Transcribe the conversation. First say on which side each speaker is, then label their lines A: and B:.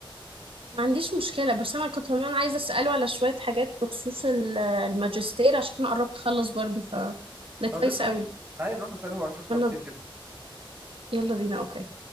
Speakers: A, on the right (about 75°); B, on the right (about 25°).
A: ما عنديش مشكله بس انا كنت كمان عايزه اساله على شويه حاجات بخصوص ال- الماجستير عشان قربت اخلص برضو ف ده
B: طب
A: كويس
B: يلا
A: قوي
B: بينا تعالي نروح نساله هو عن شخص
A: يلا
B: لطيف جدا
A: يلا بينا اوكي